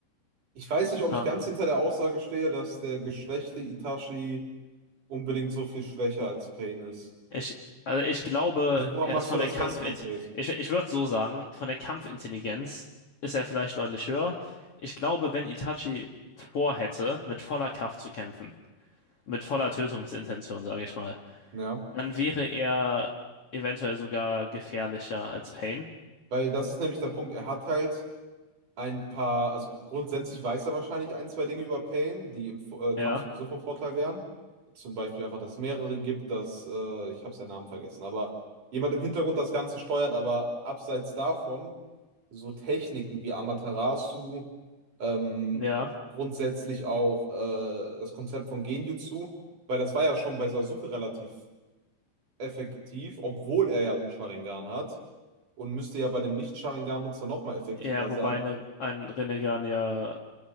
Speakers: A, on the right; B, on the left.
A: Ich weiß nicht, ob
B: Ähm,
A: ich ganz hinter der Aussage stehe, dass der geschwächte Itachi unbedingt so viel schwächer als Pain ist.
B: ich, also ich glaube,
A: Also woran
B: er
A: machst
B: ist von
A: du das
B: der Kampfint,
A: fest konkret?
B: ich, ich würde so sagen, von der Kampfintelligenz ist er vielleicht deutlich höher. Ich glaube, wenn Itachi vorhätte, mit voller Kraft zu kämpfen, mit voller Tötungsintention, sage ich mal,
A: Ja.
B: Dann wäre er eventuell sogar gefährlicher als Pain.
A: Weil das ist nämlich der Punkt, er hat halt ein paar, also grundsätzlich weiß er wahrscheinlich ein, zwei Dinge über Pain, die im Vo- äh, Kampf
B: Ja,
A: sowieso von Vorteil wären. Zum Beispiel einfach, dass es mehrere gibt, dass, äh, ich habe seinen Namen vergessen, aber jemand im Hintergrund das Ganze steuert, aber abseits davon so Techniken wie Amaterasu, ähm,
B: ja.
A: grundsätzlich auch äh, das Konzept von Genjutsu, weil das war ja schon bei Sasuke relativ effektiv, obwohl er ja einen Sharingan hat und müsste ja bei dem Nicht-Sharingan-Nutzer nochmal effektiver
B: Ja, wobei
A: sein.
B: eine, ein Rinnegan ja